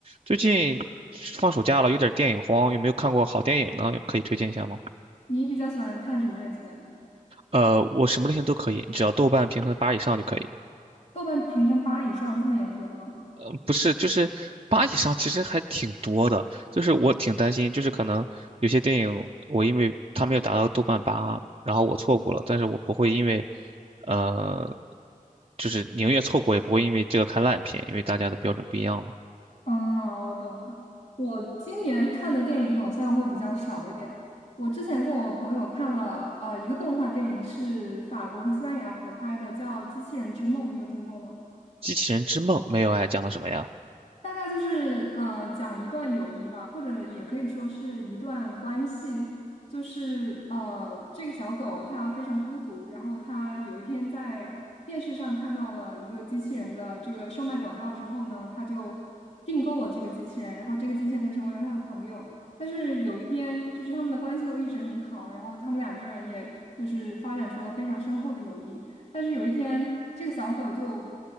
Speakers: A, on the right; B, on the left.
A: 最近放暑假了，有点电影荒，有没有看过好电影呢？可以推荐一下吗？
B: 你比较喜欢看什么类型的呢
A: 呃，我什么类型都可以，只要豆瓣评分八以上就可以。
B: 豆瓣评分八以上这么严格的吗？
A: 呃不是，就是八以上，其实还挺多的。就是我挺担心，就是可能有些电影我因为它没有达到豆瓣八，然后我错过了，但是我不会因为，呃，就是宁愿错过也不会因为这个看烂片，因为大家的标准不一样嘛。
B: 啊，我懂了。我今年看的电影好像会比较少一点。我之前跟我朋友看了呃一个动画电影，是法国和西班牙合拍的，叫《机器人之梦》，你有听过吗？
A: 机器人之梦没有哎，讲的什么呀？
B: 大概就是呃，讲一段友谊吧，或者也可以说是一段关系。就是呃，这个小狗它非常孤独，然后它有一天在电视上看到了一个机器人的这个售卖广告之后呢，它就订购了这个机器人，然后这个机器人就成为了它的朋友。但是有一天，就是他们的关系都一直很好，然后他们两个人也就是发展出了非常深厚的友谊。但是有一天，这个小狗就